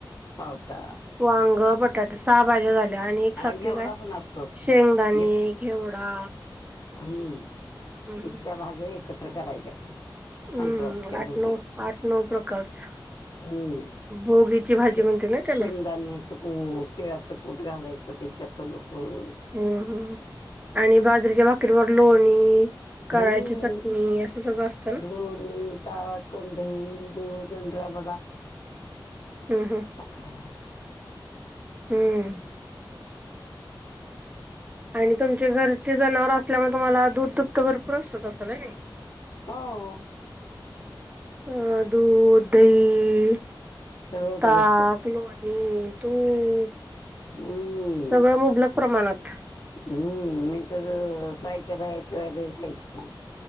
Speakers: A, on the left; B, on the right.
A: पावटा
B: वांग, बटाटे सहा भाज्या झाल्या आणि एक सातवी
A: घेवडा
B: काय?
A: पण असतो
B: शेंगदाणे,
A: घे
B: घेवडा.
A: हम्म.
B: हम्म
A: इतक्या भाज्या एकत्र करायच्या.
B: हम्म
A: संक्रांतीच्या भोगी
B: आठ नऊ
A: ला
B: आठ नऊ प्रकारच्या
A: हम्म.
B: भोगीची भाजी
A: शे
B: म्हणते ना त्याला
A: शेंगदान्याच कूट, तिळाचं कूट, घालायचं ते. चतुलुसू.
B: हम्म हम्म आणि बाजरीच्या भाकीवर लोणी. कराळ
A: हम्म
B: ची चटणी. असं सगळं असतं ना
A: लोणी, ताक, दही, दुधं आणि रबडा.
B: हम्म हम्म.
A: आता काय आहे.
B: हम्म. आणि तुमचे घरचे जनावर असल्यामुळे तुम्हाला दूध दुभत भरपूर असत असलं होय नी?
A: हो.
B: अ दूध, दही,
A: सगळंच
B: ताक,
A: घरचं
B: लो णी, तूप
A: हम्म.
B: सगळं मुबलक प्रमाणात.
A: हम्म. मी तर सायच्या दह्याशिवाय दही खायची नाही.